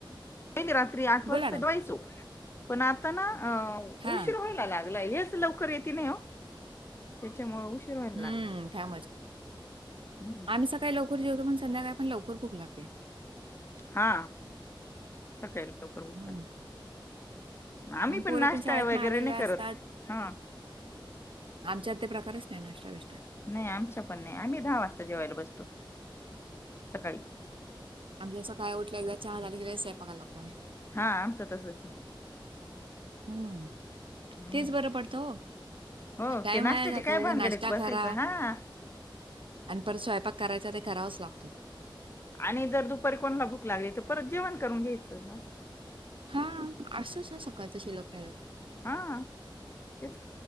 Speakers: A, on the left; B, on the right.
A: ग रात्री आठ वाजता
B: बोला ना.
A: वायचो पण आता ना
B: हां.
A: उशीर व्हायला लाग लाग हेच लवकर येते नाही हो त्याच्यामुळे उशीर व्हायला
B: हं.
A: लागला
B: त्यामुळेच.
A: हम्म.
B: आम्ही सकाळी लवकर जेवतो पण संध्याकाळी पण लवकर भुक लागते
A: हा सकाळी लवकर उठा
B: हं.
A: आम्ही
B: मग
A: पण
B: पोरं
A: नाश्ता
B: शाळेतनं
A: वगैरे
B: आलेले
A: नाही
B: असतात.
A: करत हा
B: आमच्यात ते प्रकारच नाही नाश्ता-बिष्टा.
A: नाही आमच्या पण नाही आम्ही दहा वाजता जेवायला बसतो सकाळी
B: आमसं काय उठलं एकदा चहा झालं कयायलागतो
A: हा आमचं तसच
B: हम्म
A: हम्म.
B: तेच बरं पडतं हो
A: हो
B: टाइम
A: ते नाश्त्याचे
B: आयग
A: काय
B: त उग
A: भानगडीत
B: नाश्ता
A: बसायचं
B: खरा
A: हा
B: आणि परत स्वयंपाक करायचा ते करावाच लागतो
A: आणि जर दुपारी कोणला भूक लागली तर परत जेवण करून घ्यायचं असं
B: हा असच ना सकाळ तशी लगत
A: हा तेच